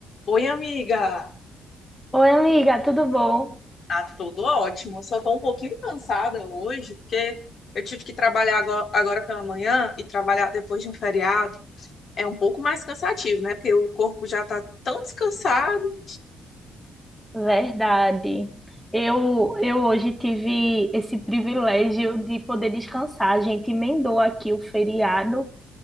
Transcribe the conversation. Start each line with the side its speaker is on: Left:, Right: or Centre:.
Left: Oi, amiga.
Centre: Oi, amiga, tudo bom?
Left: Tá tudo ótimo. Só tô um pouquinho cansada hoje, porque eu tive que trabalhar agora, agora pela manhã e trabalhar depois de um feriado é um pouco mais cansativo, né? Porque o corpo já tá tão descansado
Centre: Verdade. Eu, eu hoje tive esse privilégio de poder descansar. A gente emendou aqui o feriado.